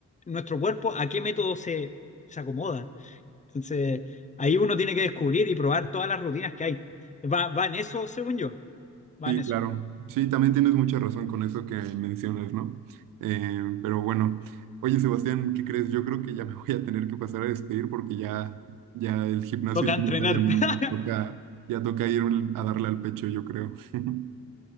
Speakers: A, on the left (about 20°); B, on the right (about 80°).
A: nuestro cuerpo a qué método se, se acomoda. Entonces ahí uno tiene que descubrir y probar todas las rutinas que hay. Va, va en eso, según yo, va
B: Sí,
A: en eso.
B: claro. Sí, también tienes mucha razón con eso que mencionas, ¿no? Eh, pero bueno, oye Sebastián, ¿qué crees? Yo creo que ya <laughs> me voy a tener que pasar a despedir porque ya, ya el gimnasio
A: Toca
B: ya
A: entrenar.
B: me está llamando.
A: <laughs>
B: Toca, ya toca ir a darle al pecho, yo creo. <laughs>